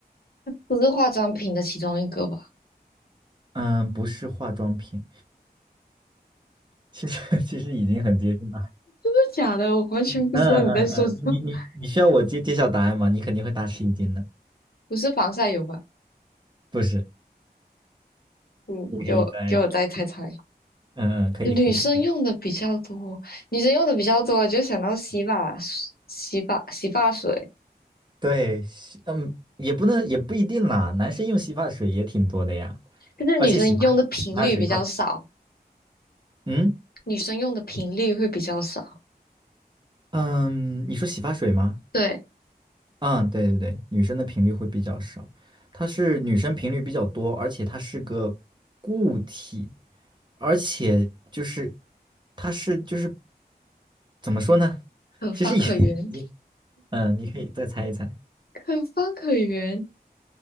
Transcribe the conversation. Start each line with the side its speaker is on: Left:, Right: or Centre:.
Left: 不是化妆品的其中一个吧？
Right: 嗯，不是化妆品，其实 <laughs> 其实已经很接近了。
Left: 真的假的？我完全不知道你在说什么。
Right: 嗯嗯嗯，你你你需要我揭揭晓答案吗？
Left: <laughs>
Right: 你肯定会大吃一惊的。
Left: 不是防晒油吧？
Right: 不是，
Left: 嗯，
Right: 你可以在，
Left: 给我给我再猜猜，
Right: 嗯嗯，可以可以。
Left: 女生用的比较多，女生用的比较多，就想到洗发水洗发洗发水，
Right: 对，洗嗯，也不能也不一定啦，男生用洗发水也挺多的呀，
Left: 但是女生用的频率比较少，
Right: 而且洗发洗发水它，嗯
Left: 女生用的频率会比较少。
Right: 嗯，你说洗发水吗？
Left: 对，
Right: 嗯，对对对，女生的频率会比较少，它是女生频率比较多，而且它是个固体，而且就是它是就是怎么说呢？
Left: 可方可圆，
Right: 其实也 <laughs> 已经嗯，你可以再猜一猜。
Left: 可方可圆，